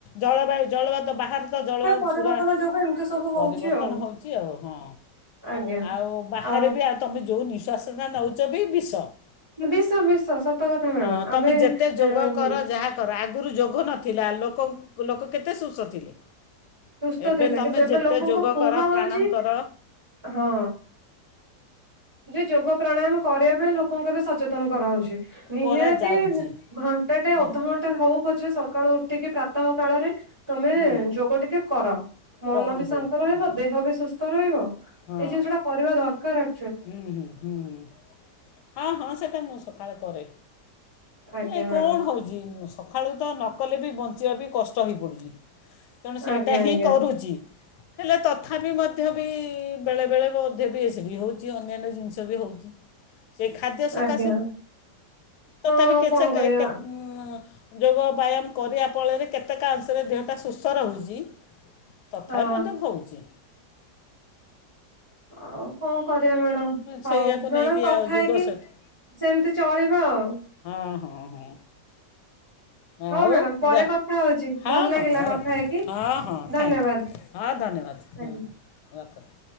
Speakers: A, on the left; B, on the right.
A: ଜଳବାୟୁ ଜଳବାୟୁ ତ ବାହାରେ ତ ଜଳବାୟୁ
B: ପରିବର୍ତ୍ତନ
A: ପୁରା
B: ଯୋଗୁ ଏମିତି ସବୁ ହଉଛି
A: ପରିବର୍ତ୍ତନ
B: ଆଉ
A: ହୋଉଚି ଆଉ ହଁ
B: ଆଜ୍ଞା
A: ଆଉ ବାହାରେ
B: ଆ
A: ବି ଆଉ ତମେ ଯୋଉ ନିଶ୍ୱସ ନୋଉଚ ବି ବିଷ।
B: ବିଶ ବିଶ ସତକଥା ମ୍ୟାଡାମ
A: ହଁ ତୁମେ
B: ଆମେ
A: ଯେତେ ଯୋଗ
B: ଅଁ
A: କର ଯାହା କର ଆଗୁରୁ ଯୋଗ ଗ ନଥିଲା ଲୋକ ଲୋକ କେତେ ସୁସ୍ଥ ଥିଲେ?
B: ସୁସ୍ତ
A: ଏବେ
B: ଥିଲେ
A: ତୁମେ
B: କିନ୍ତୁ ଏବେ
A: ଯେତେ
B: ଲୋକଙ୍କୁ
A: ଯୋଗ
B: କୁହାହୋଉଚି
A: କର ପ୍ରାଣାୟାମ କର
B: ହଁ। ଯେ ଯୋଗ ପ୍ରାଣାୟାମ କରିବା ପାଇଁ ଲୋକଙ୍କୁ ଏବେ ସଚେତନ କରାହୋଉଚି। ନିହାତି
A: କରାଯାଉଛି
B: ଘଣ୍ଟାଟେ
A: ବ
B: ଅଧଘଣ୍ଟା ହୋଉ ଉଛି ସକାଳୁ ଉଠିକି ପ୍ରାତଃ କାଳରେ ତୁମେ
A: ହୁଁ
B: ଯୋଗ ଟିକେ କର ମନ
A: କରନ୍ତୁ
B: ବି ଶାନ୍ତ ରହିବ
A: ହୁଁ
B: ଦେହ ବି ସୁସ୍ଥ ରହିବ
A: ହଁ
B: ଏଇ ଜିନିଷଟା କରିବା ଦରକାର ଆ
A: ହୁଁ ହୁଁ ହୁଁ ହୁଁ ହଁ ହଁ ସେଟା ମୁଁ ସକାଳେ କରେ।
B: ଆଜ୍ଞା
A: ହେଲେ
B: ମ୍ୟାଡାମ
A: କଣ ହୋଉଚି ନୁସ୍ ସଖାଳୁ ତ ନ କଲେ ବି ବଞ୍ଚିବା ବି କଷ୍ଟ ହେଇପଡ଼ୁଚି। ତେଣୁ ସେଇଟା
B: ଆଜ୍ଞା
A: ହିଁ
B: ଆଜ୍ଞା
A: କରୁଚି। ହେଲେ ତଥାପି ମଧ୍ୟ ବି ବେଳେବେଳେ ଅଧେ ବି ଏସି ବି ହୋଉଚି ଅନ୍ୟାନ୍ୟ ଜିନିଷ ବି ହୋଉଚି। ସେ ଖାଦ୍ୟ ସକାଶେ
B: ଆଜ୍ଞା ହଁ
A: ତଥାପି
B: ଆଉ କଣ
A: ସେକେ
B: କରିବା
A: ଏକେ ଉଁ ହଁ ଯୋଗ ବ୍ୟାୟାମ କରିବା ଫଳରେ କେତେକା ଅଂଶରେ ଦେହଟା ସୁସ୍ଥ ରହୁଚି। ତଥାପି
B: ହଁ
A: ମଧ୍ୟ ହୋଉଚି।
B: ଆଉ କଣ କରିବା ମ୍ୟାଡାମ ହୋଉ
A: ସେଇଆକୁ
B: ମ୍ୟାଡାମ
A: ନେଇକି
B: କଥା
A: ଆଉ ଯୁଗ
B: ହେଇକି
A: ସେଠି
B: ସେମତି ଚଳିବା ଆଉ।
A: ଆ ହଁ ହଁ।
B: ହଁ
A: ଆଉ
B: ମ୍ୟାଡାମ ପରେ
A: ୱା
B: କଥା ହଉଛି
A: ହଁ
B: ଭଲ ଲାଗିଲା
A: ହଁ
B: କଥା
A: ରଖ
B: ହେଇକି
A: ହଁ ହଁ
B: ଧନ୍ୟବାଦ
A: ଥ୍ୟାଙ୍କ୍ ହଁ ଧନ୍ୟବାଦ ହଁ
B: ଆଜ୍ଞା
A: ହଁ ରଖନ୍ତୁ।